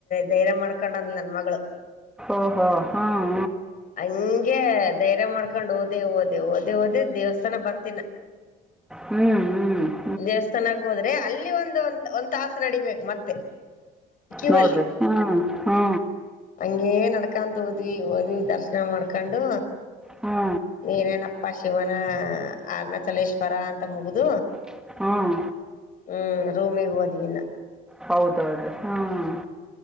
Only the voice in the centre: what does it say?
ಓಹೋ ಹಾಂ
ಹ್ಮ್ ಹ್ಮ್
ನೋಡಿರಿ
ಹ್ಞೂ ಹ್ಞೂ
ಹ್ಞೂ
ಹ್ಮ
ಹೌದೌದು ಹ್ಮ